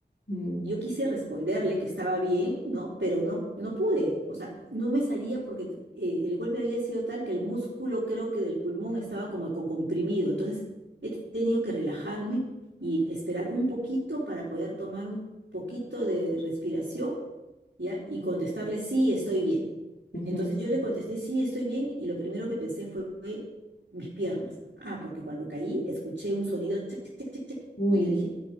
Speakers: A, on the left; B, on the right.
A: Mm,
B: Yo quise responderle que estaba bien, ¿no? Pero no, no pude, o sea, no me salía porque t- eh, el golpe había sido tal que el músculo, creo que del pulmón, estaba como con comprimido. Entonces he tenido que relajarme y esperar un poquito para poder tomar un poquito de respiración ¿ya? Y contestarle, sí, estoy bien.
A: ujú.
B: Entonces yo le contesté, sí, estoy bien, y lo primero que pensé fue, fue mis piernas. Ah, porque cuando caí escuché un sonido, chac, chac, chac, chac, chac,
A: Uy,
B: y yo dije,